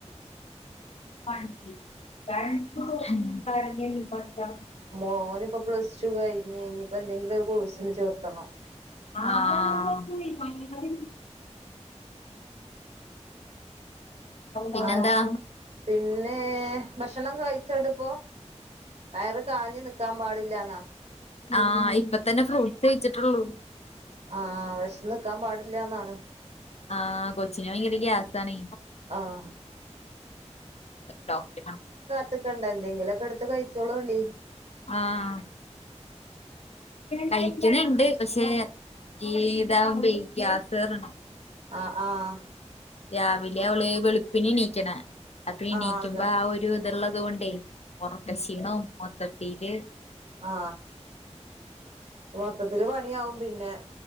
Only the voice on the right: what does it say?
ഓനിപ്പം പ്ലസ് ടു കഴിഞ്ഞ് ഇനിപ്പോ എന്തെങ്കിലും ഒരു കോഴ്സിന് ചേർത്തണം
ആ പിന്നെ ഭക്ഷണം കഴിച്ചോടി ഇപ്പോ വയറ് കാഞ്ഞ് നിക്കാൻ പാടില്ലാന്നാ
ആഹ് വിശന്ന് നിക്കാൻ പാടില്ലന്നാണ്
ആഹ്
എക്കണ്ട എന്തെങ്കിലൊക്കെ എടുത് കഴിച്ചോളോണ്ടി
അഹ് ആഹ്
ആഹ്
ആ മൊത്തത്തിൽ പണിയാവും പിന്നെ